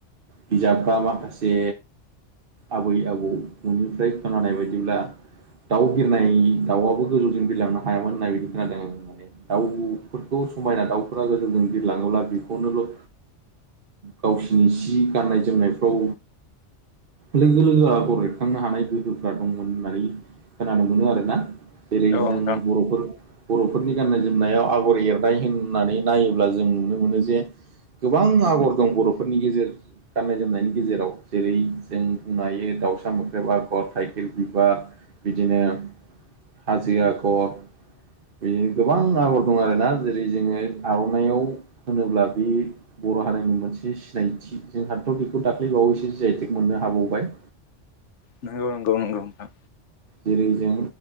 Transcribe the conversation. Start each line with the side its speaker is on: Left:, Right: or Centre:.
Right: बिजाब बा माखासे आबै आबौ न'निफ्राय खोनानाय बायदिब्ला दाउ बिरनाय दाउआबो गोजौजों बिरलांनो हायामोन होननाय बिदि खोनादों आं माने दाउफोरखौ समायना दाउफोरा गोजौजों बिरलाङोब्ला बेखौनोल' गावसिनि सि गाननाय जोमनायफ्राव लोगो लोगो आगर एरखांनो हानाय गोहोफ्रा दंमोन होननानै खोनानो मोनो आरोना। जेरै
Left: औ
Right: जों
Left: नोंथां
Right: बर'फोर बर'फोरनि गाननाय जोमनायाव आगर एरनाय होननानै नायोब्ला जों नुनो मोनो जे गोबां आगर दं बर'फोरनि गेजेर गाननाय जोमनायनि गेजेराव जेरै जों बुंनो हायो दाउसा मोख्रेब आगर थाइखेर बिबार बिदिनो हाजो आगर बिदिनो गोबां आगर दं आरोना जेरै जोङो आरननाइाव होनोब्ला बे बर' हारिनि मोनसे सिनायथि जोंहाथ दाखौ दाख्लै बावैसो जि आइ टेग मोननो हाबावबाय।
Left: नंगौ नंगौ नंगौ नोंथां
Right: जेरै जों